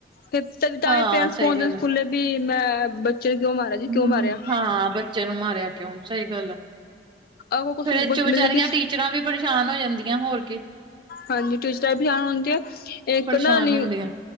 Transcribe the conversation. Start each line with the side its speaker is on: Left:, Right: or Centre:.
Left: ਫਿਰ ਤ ਤਾਂ
Right: ਹਾਂ
Left: ਹੀ ਪੇਰੈਂਟਸ
Right: ਸਹੀ
Left: ਪਹੁੰਚਦੇ
Right: ਗੱਲ
Left: ਨੇ ਸਕੂਲੇ
Right: ਹੈ
Left: ਵੀ ਮੈਂ ਬੱਚੇ ਨੂੰ ਕਿਉਂ ਮਾਰਿਆ ਜੀ
Right: ਹੂੰ,
Left: ਕਿਉਂ ਮਾਰਿਆ।
Right: ਹਾਂ ਬੱਚੇ ਨੂੰ ਮਾਰਿਆ ਕਿਉਂ ਸਹੀ ਗੱਲ ਆ
Left: ਅਗੋ ਕੁਛ
Right: ਫੇਿਰ ਇਹ
Left: ਮਤਲਬ
Right: ਚੋਂ ਵਿਚਾਰੀਆਂ।
Left: ਕਿ
Right: ਮਰਾਂ ਵੀ ਪਰੇਸ਼ਾਨ ਹੋ ਜਾਂਦੀਆਂ ਹੋਰ ਕੇ।
Left: ਹਾਂਜੀ ਟਿਚ ਵੀਣ ਆਉਦੀ ਆ
Right: ਪਰੇਸ਼ਾਨ
Left: ਨਾ ਨ।
Right: ਹੁੰਦੀਆਂ